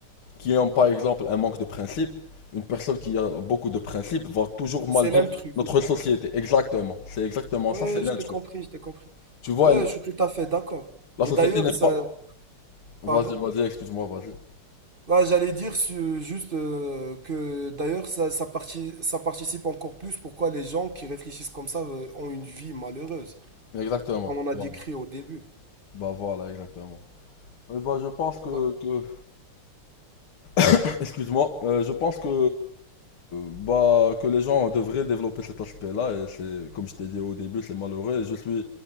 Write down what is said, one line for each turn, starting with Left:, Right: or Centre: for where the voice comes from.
Left: qui ont par exemple un manque de principe, une personne qui a beaucoup de principes va toujours mal
Right: c'est
Left: vivre
Right: l'intrus.
Left: notre société. Exactement. C'est exactement
Right: Ouais,
Left: ça, c'est l'intrus.
Right: je t'ai compris, je t'ai compris.
Left: Tu vois,
Right: Ouais,
Left: elle-
Right: je suis tout à fait d'accord.
Left: la
Right: Et
Left: société
Right: d'ailleurs,
Left: n'est
Right: ça...
Left: pas... Vas-y,
Right: Pardon?
Left: vas-y, excuse-moi, vas-y.
Right: Là, j'allais dire su- juste euh, que d'ailleurs ça, ça, parti- ça participe encore plus pourquoi les gens qui réfléchissent comme ça euh, ont une vie malheureuse,
Left: Exactement.
Right: comme on a
Left: Voilà.
Right: décrit au début.
Left: Bah voilà, exactement. Euh, bah je pense que,
Right: Bah,
Left: que... <coughs> <clears throat> excuse-moi, euh, je pense que bah que les gens devraient développer cet aspect-là et c'est comme je t'ai dit au début, c'est malheureux et je suis